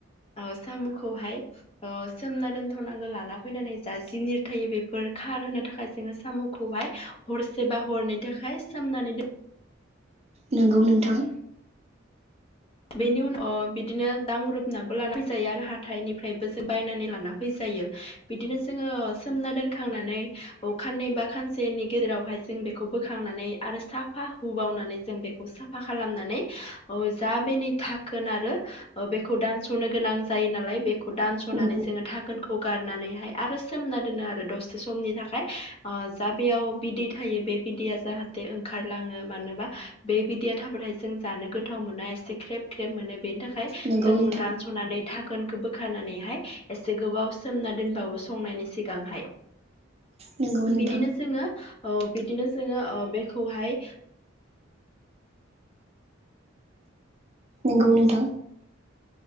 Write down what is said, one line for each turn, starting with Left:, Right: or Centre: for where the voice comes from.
Left: ओ सामखौहाय ओ सोमना दोनथनांगौ लाना फैनानै जा जिनिर थायो बेफोर खारहोनो थाखाय जोङो सामखौहाय हरसे बा हरनैनि थाखाय सोमनानै दोन
Right: नंगौ नोंथां
Left: बेनि उन ओ बिदिनो दांब्रुबनाबो लाना फैजायो आरो हाथाइनिफ्रायबो जों बायनानै लाना फैजायो। बिदिनो जोङो सोमना दोन खांनानै अखाननै बा खानसेनि गेजेराव उनाव जों बेखौ बोखांनानै आरो साफा हुबावनानै जों बेखौ साफा खालामनानै ओ जा बेनि दाखोन आरो बेखौ दानसनो गोनां जायोनालाय बे खौ दानसनानै
Right: नोंगौ
Left: जोङो दा खोनखौ गारनानैहाय आरो सोमना दोनो आरो दसे समनि थाखाय ओ जा बेयाव बिदै थायो बे बिदैया जाहाथे ओंखारलाङो मानोबा बे बिदैया थाबाथाय जों जानो गोथाव मोना एसे ख्रेब ख्रेब मोनो बेनि थाखाय फाय
Right: नोंगौ
Left: जों
Right: नोंथां
Left: दानसनानै दा खोनखौ बोखारनानैहाय एसे गोबाव सोमना दोनबावो संनायनि सिगांहाय
Right: नोंगौ नोंथां
Left: बिदिनो जोङो औ बिदिनो जोङो ओ बेखौहाय
Right: नंगौ नोंथां